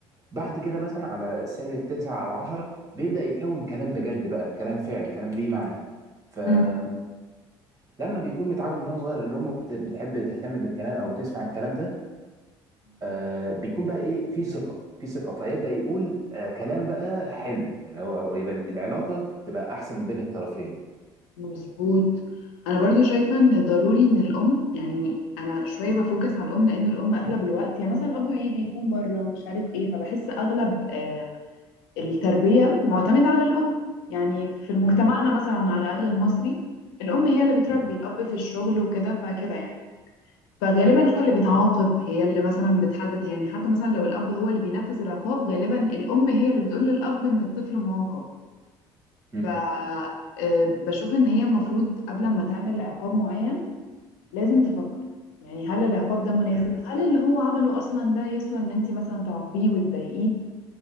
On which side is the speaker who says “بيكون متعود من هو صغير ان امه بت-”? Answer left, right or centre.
Right